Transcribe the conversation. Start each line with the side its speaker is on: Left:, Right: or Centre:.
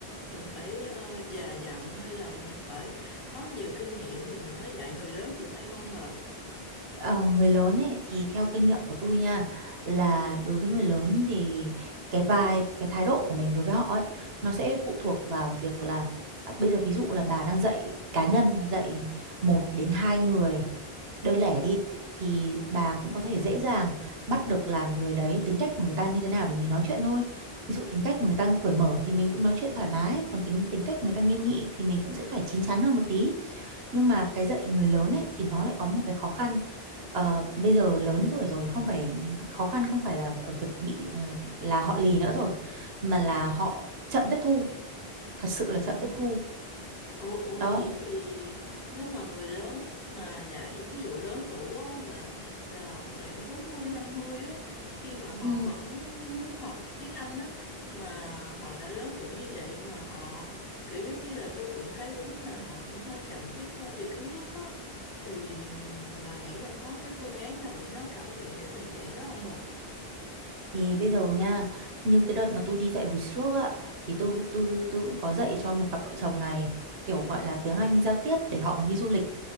Left: mình phải ờ, già dặn hay là mình phải có nhiều kinh nghiệm thì mình mới dạy người lớn được hay không bà?
Right: Ờ, người lớn ấy thì theo kinh nghiệm của tôi nha là đối với người lớn thì cái vibe, cái thái độ của mình đối với họ ấy nó sẽ phụ thuộc vào việc là à, bây giờ ví dụ là bà đang dạy cá nhân dạy một đến hai người đơn lẻ đi thì bà cũng có thể dễ dàng bắt được là người đấy tính cách của người ta như thế nào để mình nói chuyện thôi. Ví dụ tính cách của người ta cởi mở thì mình cũng nói chuyện thoải mái, còn tính tính cách của người ta nghiêm nghị thì mình cũng sẽ phải chín chắn hơn một tí nhưng mà cái dạy người lớn ấy thì nó lại có một cái khó khăn Ờ, bây giờ lớn tuổi rồi không phải khó khăn không phải là ở việc bị ừ, là họ lì nữa rồi mà là họ chậm tiếp thu thật sự là chậm
Left: Ờ,
Right: tiếp thu
Left: Ủa, ủa
Right: đó
Left: vậy thì nếu mà người lớn mà dạy thí dụ lớn tuổi á bà là khoảng bốn mươi năm mươi á khi mà họ
Right: ừ.
Left: vẫn muốn học tiếng Anh á mà họ đã lớn tuổi như vậy mà họ kiểu giống như là tôi cũng thấy đúng là họ cũng hơi chậm tiếp thu về kiến thức á thì bà nghĩ là có cái phương án nào để nó cải thiện cái tình trạng đó không bà?
Right: thì bây giờ nha như cái đợt mà tôi đi dạy hồi trước á thì tôi tôi tôi cũng có dạy cho một cặp vợ chồng này kiểu gọi là tiếng Anh giao tiếp để họ còn đi du lịch